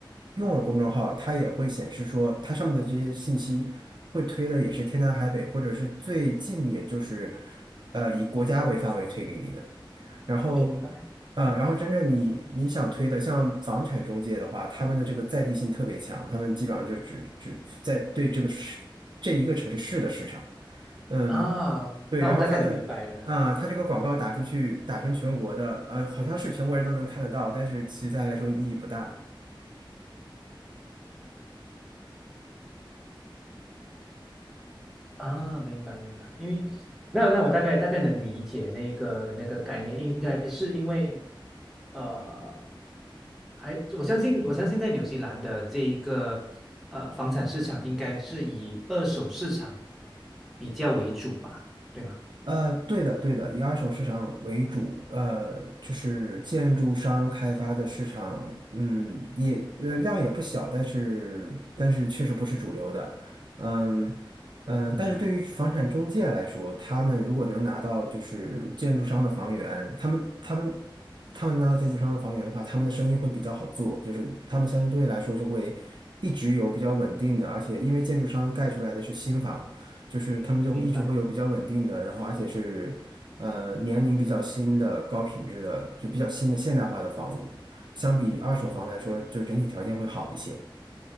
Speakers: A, on the right; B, in the centre.
A: 用了公众号，它也会显示说它上面的这些信息会推的也是天南海北，或者是最近也就是呃以国家为范围推给你的。然后，
B: 明白
A: 呃，然后真正你你想推的，像房产中介的话，他们的这个在地性特别强，他们基本上就只只在对这个市这一个城市的市场，嗯，
B: 啊，
A: 对，
B: 那我大概能明白了
A: 然后他的啊、他这个广告打出去打成全国的，呃，好像是全国人都能看得到，但是其实对他来说意义不大，
B: 啊，明白明白。因为那那我大概大概能理解那个那个概念，应该是因为呃，还我相信我相信在纽西兰的这一个呃房产市场应该是以二手市场比较为主吧，对吗？
A: 呃，对的，对的，以二手市场为主，呃，就是建筑商开发的市场，嗯，也呃量也不小，但是但是确实不是主流的，嗯嗯、呃但是对于房产中介来说，
B: 明白
A: 他们如果能拿到就是建筑商的房源，他们他们他们拿到建筑商的房源的话，他们的生意会比较好做，就是他们相对来说就会一直有比较稳定的，而且因为建筑商盖出来的是新房。就是他们就一直会有比较稳定的，
B: 明白
A: 然后而且是呃年龄比较新的、高品质的，就比较新的现代化的房屋，相比二手房来说，
B: 明白
A: 就整体条件会好一些。